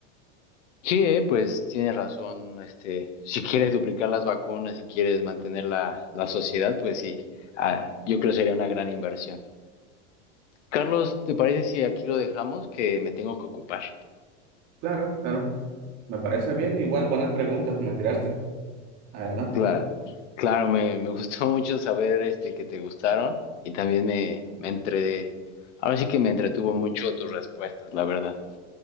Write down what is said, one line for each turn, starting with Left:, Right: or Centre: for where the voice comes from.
Left: Sí, eh, pues tiene razón, este, si quieres duplicar las vacunas, si quieres mantener la, la sociedad, pues sí, ah, yo creo que sería una gran inversión. Carlos, ¿te parece si aquí lo dejamos? Que me tengo que ocupar.
Right: Claro, claro. Me parece bien. Igual, buenas preguntas me tiraste, la verdad.
Left: Claro, claro me, me gustó <laughs> mucho saber este, que te gustaron y también me, me entre... Ahora sí que me entretuvo mucho tus respuestas, la verdad.